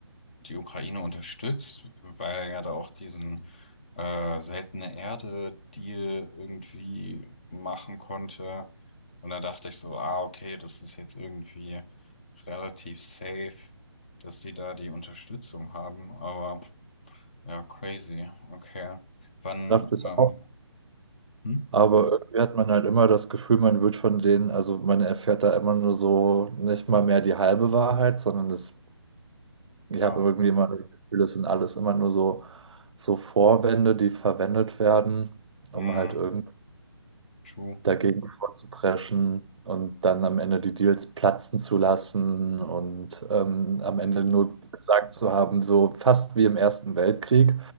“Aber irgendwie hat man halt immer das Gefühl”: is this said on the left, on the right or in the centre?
Right